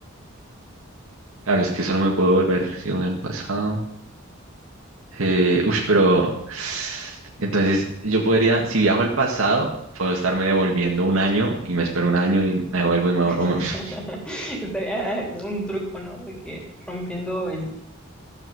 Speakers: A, on the right (about 80°); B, in the centre.
A: claro, es que solo me puedo volver si voy al pasado. Eh, ush, pero entonces yo podría, si viajo al pasado, puedo estarme devolviendo un año y me espero un año y me vuelvo y me
B: <laughs>
A: vuelvo. <laughs>
B: Estaría un truco, ¿no? De que rompiendo el...